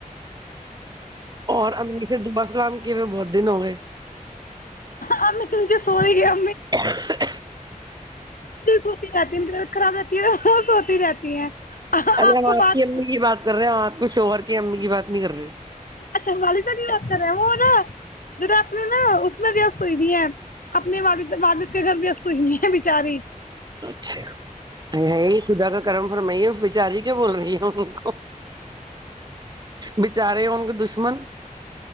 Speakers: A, on the right (about 30°); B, on the left (about 80°).
A: اور ابا اللام کے بہت دن ہو گئے
B: ہم تمھے سوئی گیا
A: ہ
B: سوتی رہتی ہے خراب رہتی ہے وہ سوتی رہتی ہیں
A: ارے ہم
B: کو
A: آپ
B: بات
A: کی امی کی بات کر رہے ہیں آپ کو شوہر کی امی کی بات نہیں کر رہ
B: اچھا والد نہیں ار ہے وہ نا جا اپنے نا اس میں بھی سوئی نہیں ہے اپنے والد والد کے گھر بھی سوئی نہیں ہے بچاری
A: اچھا ہے خدا کا کرم فرمائیے بچاری کیا بول رہی ہے ان کو بچارے ہیں ان کے دشمن